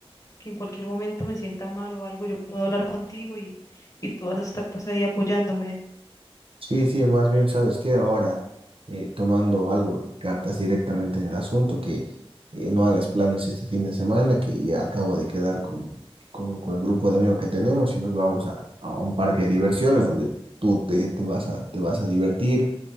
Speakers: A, on the left (about 30°); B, on the right (about 60°).
A: que en cualquier momento me sienta mal o algo, yo puedo hablar contigo y, y tú vas a estar pues ahí apoyándome.
B: Sí, sí, más bien, ¿sabes qué? Ahora, eh, tomando algo, cartas directamente en el asunto, que eh, no hagas planes este fin de semana, que ya acabo de quedar con, con, con el grupo de amigos que tenemos y nos vamos a, a un parque de diversiones donde tú te, te vas a, te vas a divertir